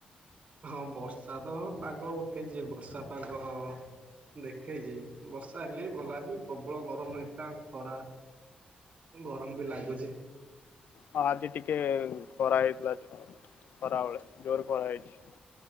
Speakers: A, on the right; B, on the left.
A: ହଁ ବର୍ଷା ତ ପାଗ ଉଠେଇଛି ବର୍ଷା ପାଗ ହଁ ଦେଖେଇଛି ବର୍ଷା ହେଲେ ବି ଭଲ ଆଜିବି ପ୍ରବଳ ଗରମ ହେଇଥିଲା ଖରା ଗରମ ବି ଲାଗୁଛି।
B: ହଁ ଆଜି ଟିକେ ଖରା ହେଇଥିଲା। ଖରାବେଳେ ଜୋରେ ଖରା ହେଇଛି।